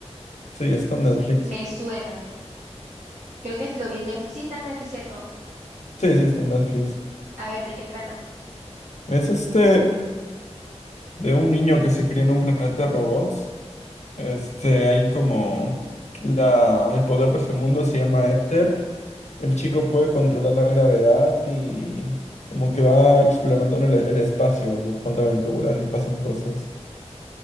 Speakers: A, on the left; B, on the right.
A: Sí, está en Netflix.
B: Me suena. Creo que lo vi en Netflix. Sí, está en Netflix, ¿cierto?
A: Sí, sí, está en Netflix.
B: A ver, ¿de qué trata?
A: Es este. de un niño que se cría en un planeta de robots. Este, hay como la, el poder de ese mundo se llama éter. El chico puede controlar la gravedad y como que va explorando en el, el espacio, buscando aventuras y pasan cosas.